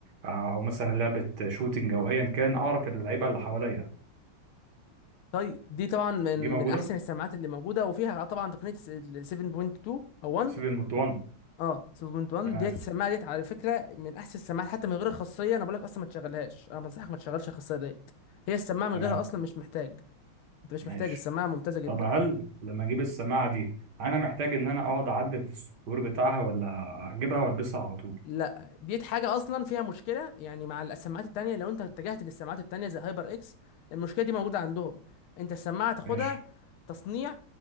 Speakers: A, on the right; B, on the left.
A: آه، او مثلا لعبة شوتينج او ايا كان اعرف اللعيبة اللي حواليا
B: طيب دي طبعا من
A: دي موجودة
B: من احسن السماعات اللي موجوده وفيها آه طبعا تقنيه ال 7.2 او 1
A: 7 1
B: اه 7.1
A: تمام
B: ديت السماعه ديت على فكره من احسن السماعات حتى من غير الخاصيه انا بقول لك اصلا ما تشغلهاش انا بنصحك ما تشغلش الخاصيه ديت هي السماعه من
A: تمام
B: غيرها اصلا مش محتاج انت مش محتاج
A: ماشي
B: السماعه ممتازه جدا
A: طب هل لما اجيب السماعه دي انا محتاج ان انا اقعد اعدل في السطور بتاعها ولا اجيبها والبسها على طول
B: لا ديت حاجة أصلا فيها مشكلة يعني مع السماعات التانية لو أنت اتجهت للسماعات التانية زي هايبر إكس المشكلة دي موجودة عندهم أنت السماعة تاخدها
A: ماشي
B: تصنيع